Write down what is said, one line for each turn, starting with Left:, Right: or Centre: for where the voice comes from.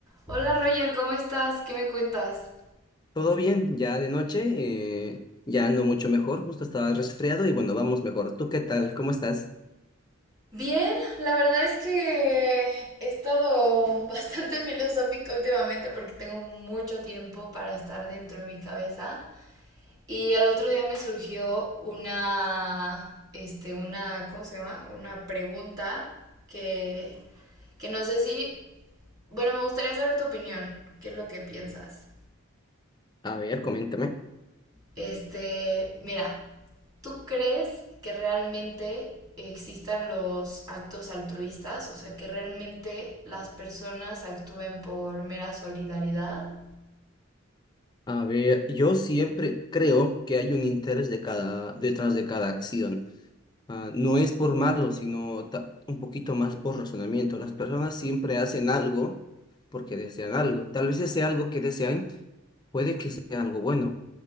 Right: Hola Roger, ¿cómo estás? ¿Qué me cuentas?
Left: Todo bien, ya de noche, eh, ya ando mucho mejor, justo estaba resfriado y bueno, vamos mejor. ¿Tú qué tal? ¿Cómo estás?
Right: Bien, la verdad es que he estado bastante <laughs> filosófica últimamente porque tengo mucho tiempo para estar dentro de mi cabeza y al otro día me surgió una, este, una, ¿cómo se llama? Una pregunta que, que no sé si, bueno, me gustaría saber tu opinión, qué es lo que piensas.
Left: A ver, coméntame.
Right: Este, mira, ¿tú crees que realmente existan los actos altruistas? O sea, que realmente las personas actúen por mera solidaridad.
Left: A ver, yo siempre creo que hay un interés de cada, detrás de cada acción. Ah, no es por malo, sino ta- un poquito más por razonamiento. Las personas siempre hacen algo porque desean algo. Tal vez ese algo que desean puede que sea algo bueno,